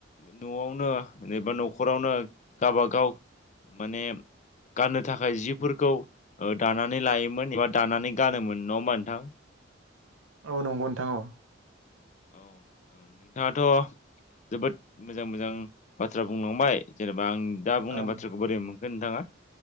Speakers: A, on the left (about 40°); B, on the right (about 85°).
A: न'आवनो एबा न'खरावनो गाबागाव माने गाननो थाखाय जिफोरखौ ओ दानानै लायोमोन एबा दानानै गानोमोन। नङा होमबा नोंथां?
B: औ नंगौ नोंथां औ।
A: औ <unintelligible> नोंथाङाथ' जोबोद मोजां मोजां बाथ्रा बुंलांबाय जेनेबा आं दा बुंनाय
B: औ
A: बाथ्राखौ बोरै मोनखो नोंथाङा